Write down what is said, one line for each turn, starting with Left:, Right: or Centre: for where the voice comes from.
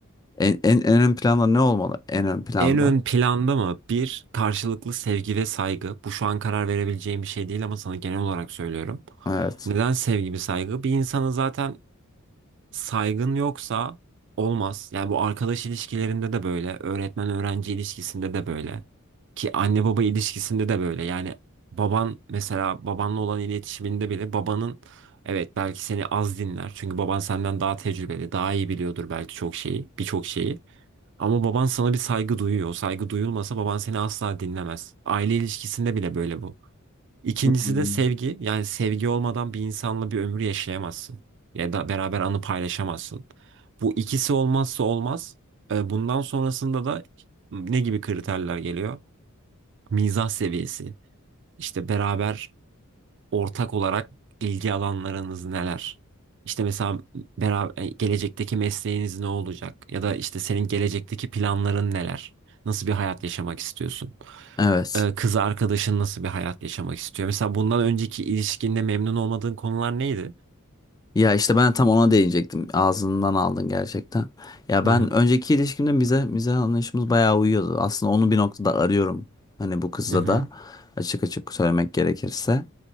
Left: en, en, en ön planda ne olmalı? En ön planda.
Right: En ön planda mı? Bir, karşılıklı sevgi ve saygı. Bu şu an karar verebileceğim bir şey değil ama sana genel olarak söylüyorum.
Left: Evet.
Right: Neden sevgi ve saygı? Bir insanı zaten saygın yoksa olmaz. Yani bu arkadaş ilişkilerinde de böyle, öğretmen öğrenci ilişkisinde de böyle ki anne baba ilişkisinde de böyle. Yani baban mesela babanla olan iletişiminde bile babanın evet belki seni az dinler. Çünkü baban senden daha tecrübeli, daha iyi biliyordur belki çok şeyi, birçok şeyi. Ama baban sana bir saygı duyuyor. O saygı duyulmasa baban seni asla dinlemez. Aile ilişkisinde bile böyle bu. İkincisi
Left: Hmm.
Right: de sevgi. Yani sevgi olmadan bir insanla bir ömür yaşayamazsın. Ya da beraber anı paylaşamazsın. Bu ikisi olmazsa olmaz. E, Bundan sonrasında da ne gibi kriterler geliyor? Mizah seviyesi. İşte beraber ortak olarak ilgi alanlarınız neler? İşte mesela beraber e, gelecekteki mesleğiniz ne olacak? Ya da işte senin gelecekteki planların neler? Nasıl bir hayat yaşamak istiyorsun?
Left: Evet.
Right: Ee, kız arkadaşın nasıl bir hayat yaşamak istiyor? Mesela bundan önceki ilişkinde memnun olmadığın konular neydi?
Left: Ya işte ben tam ona değinecektim. Ağzından aldın gerçekten. Ya
Right: Hı
Left: ben
Right: hı.
Left: önceki ilişkimde bize bize anlayışımız bayağı uyuyordu. Aslında onu bir noktada arıyorum. Hani bu kızda
Right: Hı hı.
Left: da açık açık söylemek gerekirse.